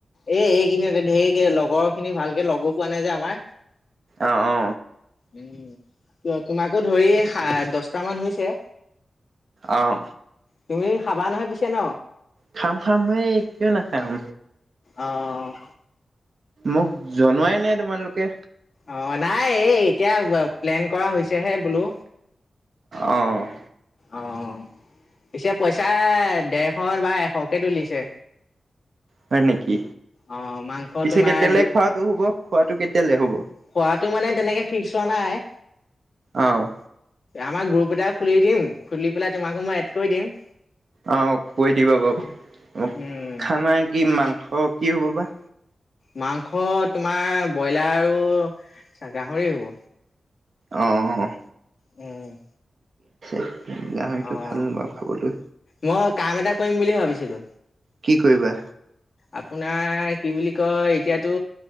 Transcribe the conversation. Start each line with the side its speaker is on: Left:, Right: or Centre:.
Left: এই এইখিনিতে লগৰ খিনি ভাল কে লগো পোৱা নাই যে আমাৰ
Right: অ অ
Left: উম, তোমাকো ধৰি দহটা মান হৈছে।
Right: অ'।
Left: তুমি খাবা নহয় পিছে ন।
Right: খাম খাম হে কিয় নাখাম।
Left: অ'।
Right: মোক জনোৱাই নাই তোমালোকে।
Left: অ' নাই এই এতিয়া প্লেন কৰা হৈছেহে বোলো।
Right: অ'।
Left: অ', পিছে পইচা ডেৰশ বা এশকে তুলিছে।
Right: হয় নেকি?
Left: অ, মাংস
Right: পিছে
Left: তোমাৰ
Right: কেতিয়ালৈ
Left: দি
Right: খোৱাটো হ'ব খোৱাটো কেতিয়ালৈ হ'ব?
Left: খোৱাটো মানে তেনেকে ফিক্স হোৱা নাই।
Right: অ'।
Left: আমাৰ গ্ৰুপ এটা খুলি দিম খুলি পেলাই তোমাকো মই এড কৰি দিম।
Right: অ, কৈ দিবা বাৰু অ',
Left: উম,
Right: খানা কি মাংস কি হ'ব বা?
Left: মাংস তোমাৰ ব্ৰইলাৰ আৰু গাহৰি হ'ব।
Right: অ'।
Left: উম'।
Right: <inaudible> গাহৰিটো
Left: অ'
Right: ভাল নে বাৰু খাবলৈ?
Left: মই কাম এটা কৰিম বুলি ভাবিছিলো।
Right: কি কৰিবা?
Left: আপোনাৰ কি বুলি কয় এতিয়াতো